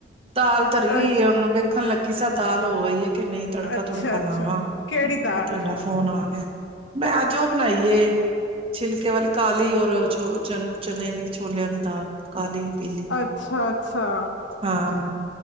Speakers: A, on the right (about 30°); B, on the left (about 80°).
A: ਦਾਲ ਧਰੀ ਹੋਈਏ
B: ਅੱਛਾ,
A: ਉਨੂੰ ਵੇਖਣ ਲੱਗੀ ਸਾ ਦਾਲ ਹੋ ਗਈ ਏ ਕਿ ਨਹੀਂ, ਤੜਕਾ
B: ਅੱਛਾ,
A: ਤੁੜਕਾ
B: ਅੱਛਾ
A: ਲਾਵਾਂ
B: ਕਿਹੜੀ ਦਾਲ?
A: ਤੇ ਤਾਡਾ ਫੋਨ ਆ ਗਿਐ। ਮੈਂ ਅੱ ਜੋ ਬਣਾਈ ਏ ਛਿਲਕੇ ਵਾਲੀ ਕਾਲੀ ਔਰ ਛੋ ਚਨ ਚਨੇ ਦੀ ਛੋਲਿਆਂ ਦੀ ਦਾਲ ਕਾਲੀ ਪੀਲੀ।
B: ਅੱਛਾ, ਅੱਛਾ,
A: ਹਾਂ,